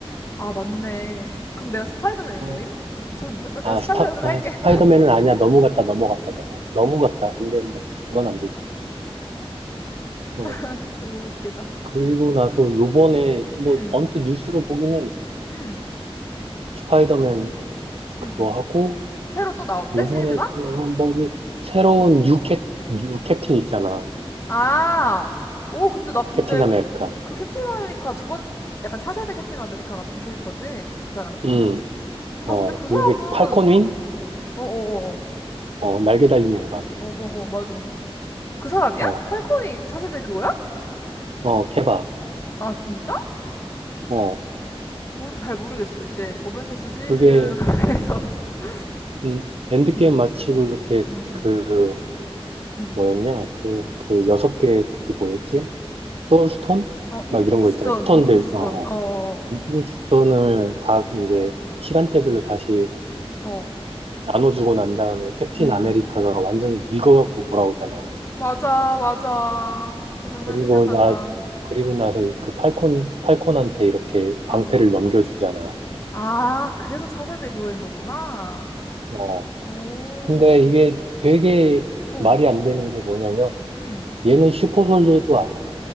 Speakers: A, on the left; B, on the right.
A: 아, 맞네. 그럼 내가 스파이더맨인
B: 아,
A: 거임? 미쳤는데? 나 그냥
B: 아,
A: 스파이더맨으로
B: 스타, 아,
A: 할게.
B: 스파이더맨은 아니야. 넘어갔다, 넘어갔다, 넘어. 넘어갔다. 안 된다. 그건 안 되지. 어.
A: <laughs> 너무 웃기다.
B: 그리고 나서 요번에, 뭐,
A: 음,
B: 언뜻 뉴스로 보기는
A: 음,
B: 스파이더맨 그거
A: 음, 음.
B: 하고,
A: 새로 또 나온대?
B: 요번에
A: 시리즈가?
B: 그거 뭐지, 새로운 뉴 캡, 뉴 캡틴 있잖아.
A: 아, 오, 근데 나 근데
B: 캡틴 아메리카.
A: 그, 그 캡틴 아메리카 두 번, 약간 차세대 캡틴 아메리카 같은 캐릭터지? 그 사람이?
B: 음.
A: 어,
B: 어,
A: 나 근데 그
B: 미국의
A: 사람은,
B: 팔콘윙?
A: 어어어어,
B: 어, 날개 달린 양반.
A: 어어어, 맞아. 그 사람이야?
B: 어,
A: 팔콘이 차세대 그거야?
B: 어, 케밥.
A: 아, 진짜?
B: 어,
A: 모르, 잘 모르겠어. 이제 어벤져스 시리즈에서
B: 그게,
A: <laughs>
B: 음, 엔드게임
A: 음,
B: 마치고 이렇게
A: 음, 음.
B: 그,
A: 음.
B: 뭐였냐? 그, 그 여섯 개, 그게 뭐였지? 소울스톤?
A: 어 인피니티
B: 막 이런 거
A: 스톤,
B: 있잖아. 스톤들,
A: 인피니티 스톤.
B: 어, 어.
A: 어, 어,
B: 인피니티 스톤을 각 이제 시간대별로 다시
A: 어, 어.
B: 나눠주고 난 다음에 캡틴
A: 음,
B: 아메리카가 완전히 늙어갖고 돌아오잖아.
A: 맞아, 맞아. 그 장면
B: 그리고
A: 생각난다.
B: 나, 그리고 나서 이그 팔콘, 팔콘한테 이렇게
A: 어,
B: 방패를
A: 어.
B: 넘겨주잖아.
A: 아, 그래서 차세대 그거인 거구나.
B: 어,
A: 오,
B: 근데 이게 되게
A: 어,
B: 말이 안 되는 게 뭐냐면
A: 음.
B: 얘는 슈퍼솔저도 아니야.